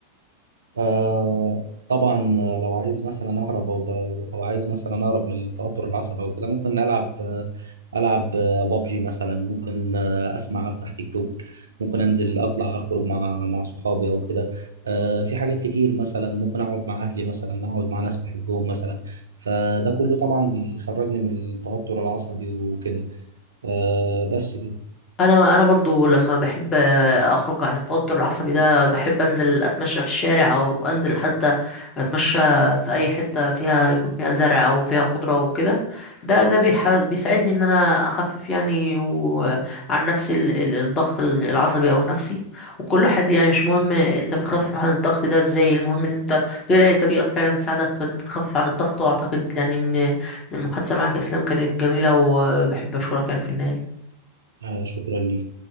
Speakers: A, on the right; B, on the left.
A: آه طبعا آه، لو عايز مثلا اهرب او او أو عايز مثلا اهرب من التوتر العصبي او كده ممكن العب آه، العب بابجي مثلا ممكن آه، اسمع افتح تيك توك ممكن انزل اطلع اخرج مع مع صحابي او كده آه، في حاجات كتير مثلا ممكن اقعد مع اهلي مثلا اقعد مع ناس بحبهم مثلا فده كله طبعا بيخرجني من التوتر العصبي وكده آه، بس كده
B: انا انا برضو لما بحب اخرج عن التوتر العصبي ده بحب انزل اتمشى في الشارع او انزل حتى اتمشى في اي حتة فيها يكون فيها زرع او فيها خضرة وكده ده ده بيح- بيساعدني ان انا اخفف يعني وعن نفسي ال- ال- الضغط ال- العصبي او النفسي وكل حد يعني مش مهم انت بتخفف عن الضغط ده ازاي المهم ان انت تلاقي طريقة فعلا تساعدك ان انت تخفف عن الضغط واعتقد يعني ان إن المحادثة معك يا اسلام كانت جميلة وبحب اشكرك يعني في النهاية
A: آه، شكرا لي